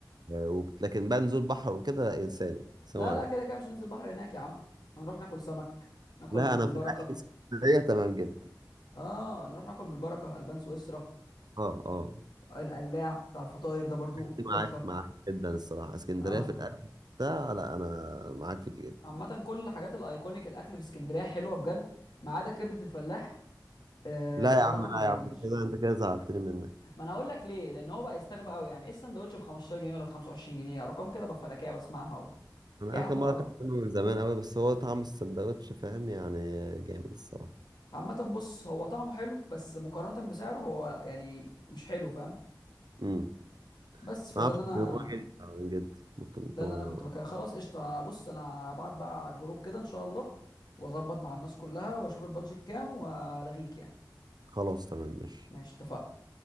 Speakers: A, on the right (about 70°); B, on the left (about 75°).
A: آه، وبت- لكن بقى نزول بحر وكده انساني سلام
B: لا
A: عليكم
B: لا كده كده مش هننزل بحر هناك يا عم هنروح ناكل سمك ناكل
A: لا
B: من
A: انا
B: البركه
A: في الاكل اسكندريه تمام جدا
B: اه نروح ناكل من البركه البان سويسرا
A: اه اه
B: القلاع بتاع الفطاير ده برضو
A: معاك
B: تحفه
A: معاك جدا الصراحه اسكندريه
B: اه
A: في الاكل ده لا انا معاك في دي جدا
B: عامه كل الحاجات الايكونيك الاكل في اسكندريه حلوه بجد ما عدا كبده الفلاح آه
A: لا
B: بصراحه
A: يا عم لا
B: ما عجبنيش
A: يا عم انت كده انت كده زعلتني منك
B: ما انا هقول لك ليه لان هو بقى يستغبى قوي يعني ايه السندوتش ب 15 جنيه ولا ب 25 جنيه ارقام كده بفلكيه بسمعها و...
A: انا
B: ايه يا
A: اخر
B: عم
A: مره
B: العبط
A: اكلت
B: ده
A: منه من زمان قوي بس هو طعم السندوتش فاهم يعني جامد الصراحه
B: عامة بص هو طعمه حلو بس مقارنة بسعره هو يعني مش حلو فاهم
A: امم
B: بس فده
A: ما اعرفش
B: اللي انا
A: كده هو جامد فعلاً جدا ممكن انت
B: ده اللي
A: ما...
B: انا كنت بكلم خلاص قشطه بص انا هبعت بقى على الجروب كده ان شاء الله واظبط مع الناس كلها واشوف البادجت كام والغيك يعني
A: خلاص تمام ماشي
B: ماشي اتفقنا